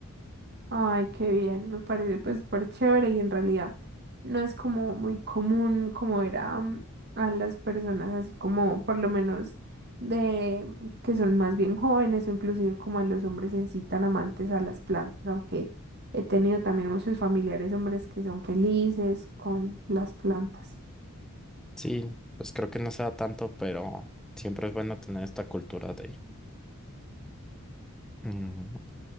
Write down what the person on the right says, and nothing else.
Ay, qué bien, me parece pues súper chévere y en realidad no es como muy común como ver a, mm, a las personas así como por lo menos de que son más bien jóvenes o inclusive como a los hombres en sí tan amantes a las plantas, aunque he tenido también muchos familiares hombres que son felices con las plantas,